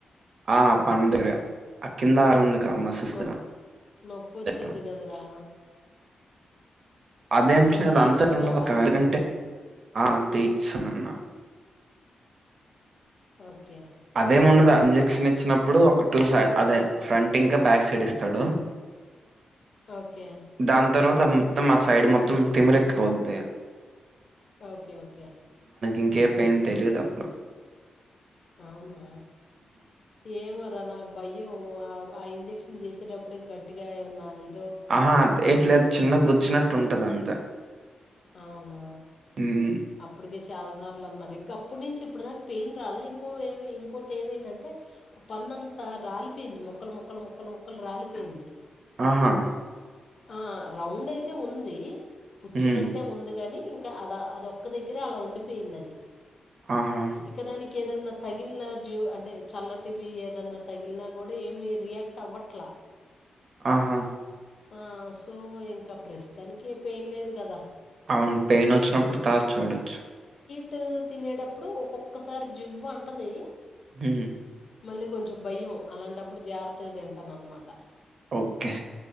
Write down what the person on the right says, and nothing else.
ఆ పండుకర
ఆ కింద ఆరుందికా మసూస్
<unintelligible>
అదేంటలేదు
అంతటి ఉన్న ఎందుకంటే ఆ తీస్తునున్న
అదేం ఉండదు ఇంజెక్షన్ ఇచ్చినప్పుడు ఒక టూ సైడ్ అదే ఫ్రంట్ ఇంకా బ్యాక్ సైడ్ ఇస్తాడు
దాని తర్వాత అది మొత్తం ఆ సైడ్ మొత్తం తిమ్మిరెక్కిపోద్ది
ఇంకే పెయిన్ తెలీదు ఇప్పుడు
ఆహా ఎట్లే చిన్న గుచ్చినట్టు ఉంటది అంతే
ఉమ్,
ఆహా
ఉమ్,
ఆహా
ఆహా
అవును పెయిన్ వచ్చినప్పుడు తర్వాత చూడొచ్చు
ఉమ్
ఓకే